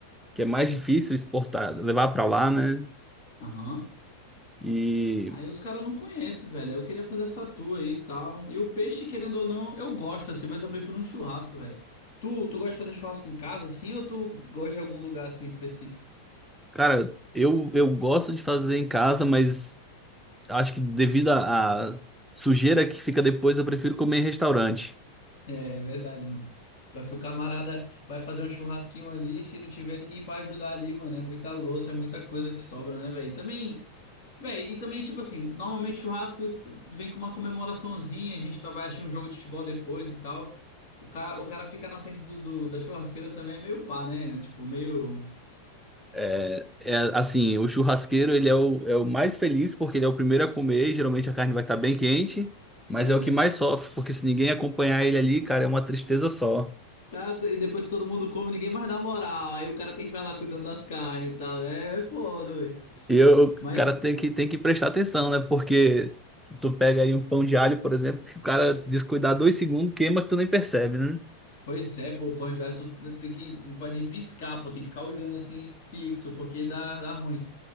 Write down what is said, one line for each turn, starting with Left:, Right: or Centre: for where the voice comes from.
Centre: que é mais difícil exportar, levar pra lá, né?
Left: Aham.
Centre: E,
Left: Aí os caras não conhecem, velho. Aí eu queria fazer essa tua aí e tal. E o peixe, querendo ou não, eu gosto assim, mas eu prefiro um churrasco, velho. Tu, tu gosta de fazer churrasco em casa assim ou tu gosta de algum lugar assim específico?
Centre: cara, eu, eu gosto de fazer em casa, mas acho que devido à à sujeira que fica depois, eu prefiro comer em restaurante.
Left: É, verdade, mano. Pior que o camarada vai fazer um churrasquinho ali, se não tiver ninguém pra ajudar ali, mano, é muita louça, é muita coisa que sobra, né, velho? Também Véi, e também, tipo assim, normalmente churrasco tu- vem com uma comemoraçãozinha, a gente tá, vai assistir um jogo de futebol depois e tal. O cara, o cara ficar na frente do, do- da churrasqueira também é meio pá, né? Tipo, meio.
Centre: É, é, assim, o churrasqueiro ele é o, é o mais feliz porque ele é o primeiro a comer, e geralmente a carne vai estar bem quente, mas
Left: É.
Centre: é o que mais sofre, porque se ninguém acompanhar ele ali, cara, é uma tristeza só.
Left: Tá, e depois que todo mundo come, ninguém mais dá moral. Aí o cara tem que ficar lá cuidando das carnes e tal. É foda, velho.
Centre: E eu- o
Left: Mas,
Centre: cara tem que, tem que prestar atenção, né? Porque tu pega aí um pão de alho, por exemplo, que o cara descuidar dois segundos, queima que tu nem percebe, né?
Left: pois é, pô, o pão de alho tu tem que. Não pode nem piscar, pô, tem que ficar olhando assim fixo, porque dá, dá ruim.